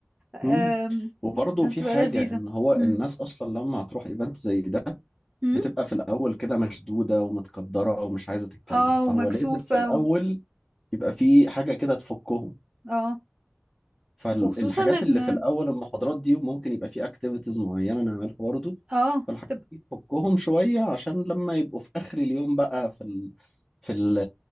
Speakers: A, on the right (about 30°); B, in the centre.
A: آم،
B: مم. وبرضو
A: هتبقى
B: في حاجة
A: لذيذة
B: إن هو
A: مم.
B: الناس أصلا لما هتروح إيفنت زي ده
A: مم.
B: بتبقى في الأول كده مشدودة ومتقدرة ومش عايزة تتكلم
A: اه
B: فهو
A: ومكسوفة
B: لازم في الأول
A: و...
B: يبقى في حاجة كده تفكهم
A: اه
B: فالحاجات
A: وخصوصا ان
B: اللي في الاول المحاضرات دي ممكن يبقى في اكتيفيتيز معينه نعملها برضو
A: اه
B: فالحاجات
A: تب-
B: دي تفكهم شويه عشان لما يبقوا في اخر اليوم بقى في ال... في ال...